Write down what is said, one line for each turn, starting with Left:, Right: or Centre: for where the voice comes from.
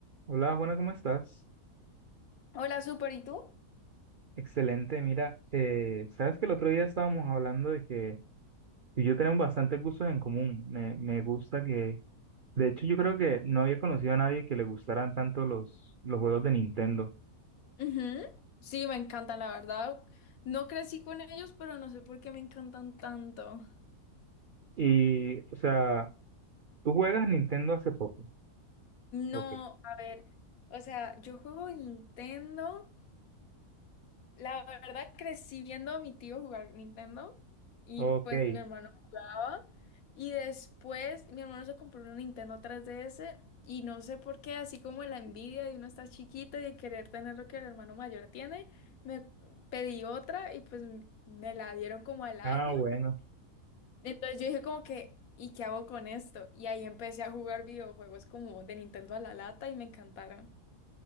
Right: Hola Juana, ¿cómo estás?
Left: Hola, súper, ¿y tú?
Right: Excelente, mira, eh, sabes que el otro día estábamos hablando de que tú y yo tenemos bastantes gustos en común. Me, me gusta que, de hecho, yo creo que no había conocido a nadie que le gustaran tanto los, los juegos de Nintendo.
Left: Ujú. Sí, me encantan, la verdad. No crecí con ellos, pero no sé por qué me encantan tanto.
Right: Y, o sea, tú juegas Nintendo hace poco. Ok,
Left: No, a ver, o sea, yo juego Nintendo. La verdad crecí viendo a mi tío jugar Nintendo y
Right: ok,
Left: pues mi hermano jugaba. Y después mi hermano se compró una Nintendo 3DS y no sé por qué, así como la envidia de uno estar chiquito y de querer tener lo que el hermano mayor tiene, me pedí otra y pues me la dieron como al año.
Right: ah, bueno,
Left: Entonces yo dije como que, ¿y qué hago con esto? Y ahí empecé a jugar videojuegos como de Nintendo a la lata y me encantaron.